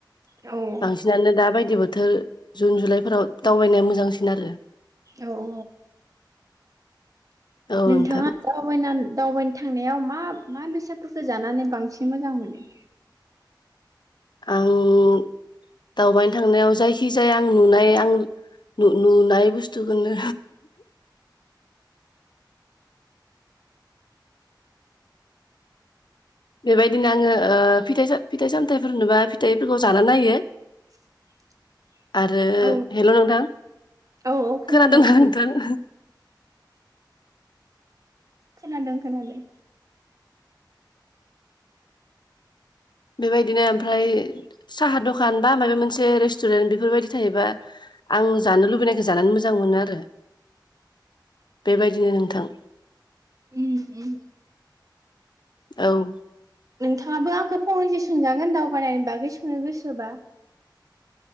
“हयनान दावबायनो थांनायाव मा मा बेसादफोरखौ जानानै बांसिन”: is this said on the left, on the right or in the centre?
Right